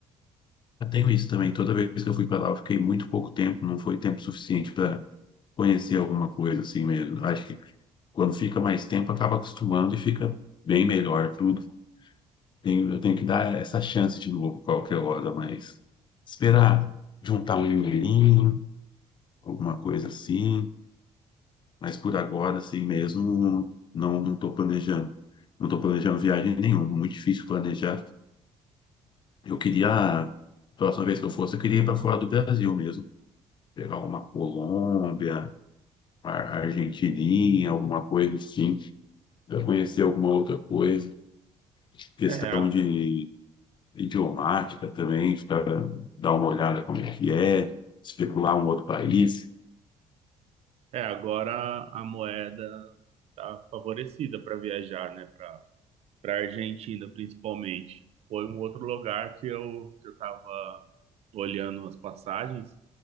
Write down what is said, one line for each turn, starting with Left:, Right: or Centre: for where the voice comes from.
Left: Eu tenho isso também. Toda vez que eu fui para lá, eu fiquei muito pouco tempo, não foi tempo suficiente para conhecer alguma coisa assim mesmo. Acho que quando fica mais tempo, acaba acostumando e fica bem melhor tudo. Tenho- eu tenho que dar essa chance de novo qualquer hora, mas esperar juntar um dinheirinho, alguma coisa assim. Mas por agora, assim mesmo, não não estou planejando. Não estou planejando viagem nenhuma, muito difícil planejar. Eu queria, a próxima vez que eu fosse, eu queria ir para fora do Brasil mesmo pegar uma Colômbia, a Argentininha, alguma coisa assim, para conhecer alguma outra coisa. Questão
Right: É, a-
Left: de idiomática também, para dar uma olhada como é que é, especular um outro país.
Right: é agora a moeda está favorecida para viajar, né? Para para Argentina, principalmente. Foi um outro lugar que eu que eu estava olhando as passagens